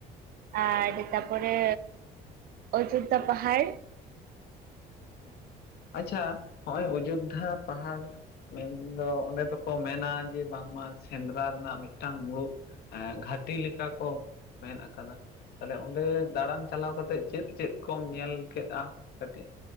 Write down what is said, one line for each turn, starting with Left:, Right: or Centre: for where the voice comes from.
Right: ᱟᱨ ᱛᱟᱯᱚᱨᱮ ᱚᱡᱳᱫᱽᱫᱷᱟ ᱯᱟᱦᱟᱲ
Left: ᱦᱚᱭ ᱟᱪᱪᱷᱟ ᱱᱚᱜᱼᱚᱭ ᱚᱡᱳᱫᱽᱫᱷᱟ ᱯᱟᱦᱟᱲ ᱢᱮᱱᱫᱚ ᱚᱸᱰᱮ ᱫᱚᱠᱚ ᱢᱮᱱᱟ ᱡᱮ ᱵᱟᱝᱢᱟ ᱥᱮᱸᱫᱽᱨᱟ ᱨᱮᱱᱟᱜ ᱢᱤᱫᱴᱟᱝ ᱢᱩᱲᱩᱛ ᱜᱷᱟᱴᱤ ᱞᱮᱠᱟ ᱠᱚ ᱢᱮᱱ ᱟᱠᱟᱫᱟ ᱛᱟᱦᱞᱮ ᱚᱸᱰᱮ ᱫᱟᱬᱟᱱ ᱪᱟᱞᱟᱣ ᱠᱟᱛᱮᱫ ᱪᱮᱫ ᱪᱮᱫ ᱠᱚᱢ ᱧᱮᱞ ᱠᱮᱫᱼᱟ ᱠᱟᱹᱴᱤᱡ